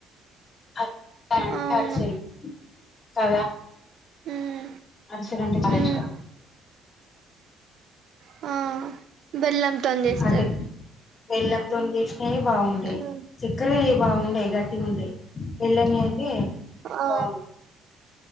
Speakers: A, on the left; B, on the right.
A: <unintelligible>
B: అవును
A: కద
B: ఉమ్
A: అరిసలు అంటే చాలా
B: ఉమ్
A: ఇష్టం
B: ఆ బెల్లంతోని చేస్తారు
A: అటు బెల్లంతోని చేసినవి బాగుంటాయి
B: ఉమ్
A: చక్కెర బాగుండేయి గట్టిగా ఉంటయి బెల్లం అయితే
B: ఆ
A: బాగుంటాయి